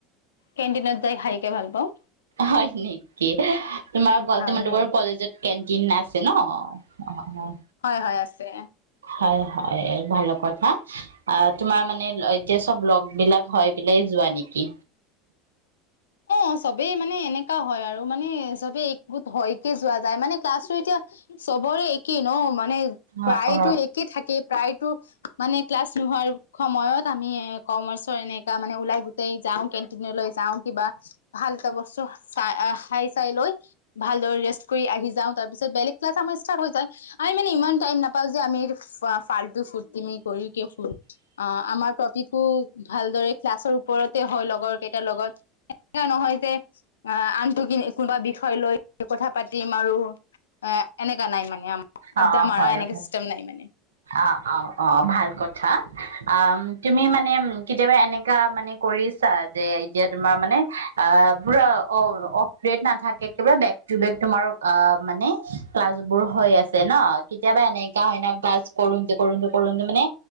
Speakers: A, on the left (about 85°); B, on the right (about 85°).
A: কেণ্টিনত যাই খাইকে ভাল পাওঁ।
B: হয় নেকি? তোমাৰ ঘ
A: হয়
B: তোমালোকৰ
A: হয়
B: কলেজত কেণ্টিন আছে ন? অ'।
A: হয় হয় আছে।
B: হয় হয় ভাল কথা, আ তোমাৰ মানে এতিয়া চব লগ বিলাক হয় পেলাই যোৱা নেকি?
A: অ', চবেই মানে এনেকা হয় আৰু মানে চবে একগোট হয়কে যোৱা যায় মানে ক্লাছো এতিয়া চবৰে একেই ন, মানে প্ৰায়তো
B: অ অ
A: একে থাকেই, প্ৰায়তো মানে ক্লাছ নোহোৱাৰ সময়ত আমি কমাৰ্চৰ এনেকা মানে ওলাই যাওঁ কেনটিনলৈ যাওঁ কিবা ভাল এটা বস্তু চাই খাই চাই লৈ। ভালদৰে ৰেষ্ট কৰি আহি যাওঁ তাৰ পিছত বেলেগ ক্লাছ আাৰ ষ্টাৰ্ট হৈ যায়। আমি মানে ইমান টাইম নাপাও যে আমি ফাল্টটো ফূৰ্তি মি কৰি কিয় ফুৰোঁ অ', আমাৰ টপিকো ভালদৰে ক্লাছৰ ওপৰতে হয় লগৰ কেইটাৰ লগত। এনেকা নহয় যে আহ আনটো কি কোনোবা বিষয় লৈ কথা পাতিম আৰু এ এনেকা নাই মানে আম, আড্ডা
B: অ
A: মাৰা
B: হয়
A: এনেকাে
B: হয়
A: চিষ্টেম নাই মানে।
B: অ', অ', অ', ভাল কথা, আ তুমি মানে কেতিয়াবা এনেকা মানে কৰিছা যে এতিয়া তোমাৰ মানে অ', পুৰা অ অফ দেট নাথাকে কিবা বেক তোমাৰ অ', মানে ক্লাছ বোৰ হৈ আছে। ন কেতিয়াবা এনেকা হয় ন, ক্লাছ কৰোন্তে কৰোন্তে কৰোন্তে মানে